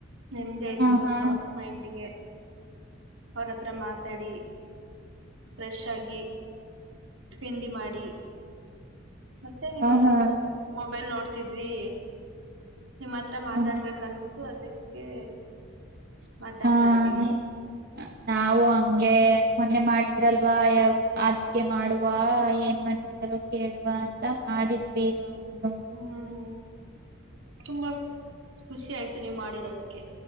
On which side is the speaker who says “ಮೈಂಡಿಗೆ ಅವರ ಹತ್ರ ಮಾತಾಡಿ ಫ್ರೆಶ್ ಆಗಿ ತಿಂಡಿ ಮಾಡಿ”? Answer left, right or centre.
Right